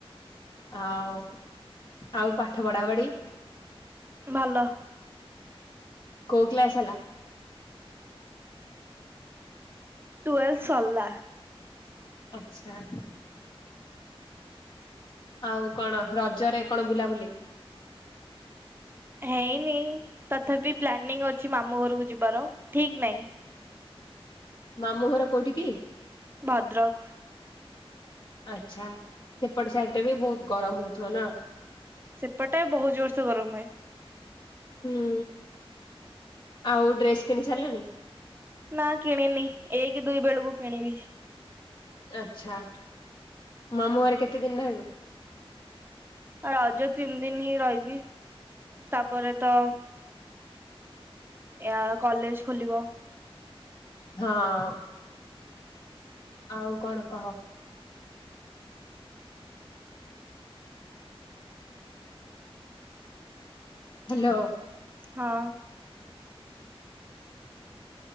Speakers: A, on the left (about 50°); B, on the right (about 20°).
A: ଆଉ-ଆଉ ପାଠ ପଢାପଢି?
B: ଭଲ।
A: କୋଉ କ୍ଲାସ୍ ହେଲା?
B: ଟୁଏଲ୍ ସରିଲା।
A: ଆଚ୍ଛା। ଆଉ କଣ ରଜରେ କଣ ବୁଲାବୁଲି?
B: ହେଇନି ତଥାପି ପ୍ଲାନିଂ ଅଛି ମାମୁଁ ଘରକୁ ଯିବାର, ଠିକ୍ ନାହିଁ।
A: ମାମୁଁ ଘର କୋଉଠି କି?
B: ଭଦ୍ରକ୍।
A: ଆଚ୍ଛା ସେପଟ ସାଇଡଟା ବି ବହୁତ୍ ଗରମ୍ ହଉଥିବ ନା।
B: ସେପଟେ ବହୁତ୍ ଜୋର୍ସେ ଗରମ୍ ହୁଏ।
A: ହୁଁ ଆଉ ଡ୍ରେସ୍ କିଣି ସାରିଲଣି?
B: ନାଁ କିଣିନି, ଏକ୍ ଦୁଇ ବେଳୁକୁ କିଣିବି।
A: ଆଚ୍ଛା, ମାମୁଁ ଘରେ କେତେ ଦିନ୍ ରହିବ?
B: ଆ ରଜ ତିନ୍ ଦିନି ରହିବି, ତାପରେ ତ ୟା କଲେଜ୍ ଖୋଲିବ।
A: ହଁ, ଆଉ କଣ କହ? ହାଲୋ।
B: ହଁ।